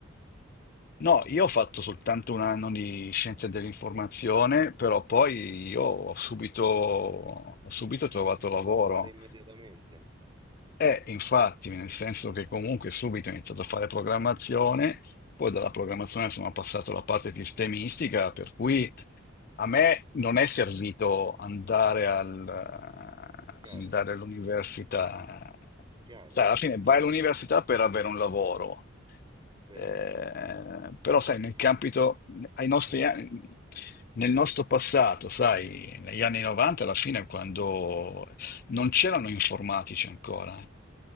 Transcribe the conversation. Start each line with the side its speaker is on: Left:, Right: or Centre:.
Left: No, io ho fatto soltanto un anno di scienze dell'informazione, però poi io ho subito, ho subito
Right: Hai
Left: trovato
Right: iniziato
Left: lavoro.
Right: a lavorare immediatamente,
Left: Eh, infatti, nel senso che comunque subito ho iniziato a fare programmazione, poi dalla programmazione sono passato alla parte sistemistica, per cui a me non è servito andare al-
Right: chiaro,
Left: andare all'università.
Right: è chiaro,
Left: Sai, alla fine
Right: è
Left: vai
Right: chiaro,
Left: all'università per avere un lavoro.
Right: vero?
Left: Eh, però, sai, nel
Right: <clears throat>
Left: campito, ai nostri anni- nel nostro passato, sai, negli anni 90, alla fine, quando non c'erano informatici ancora.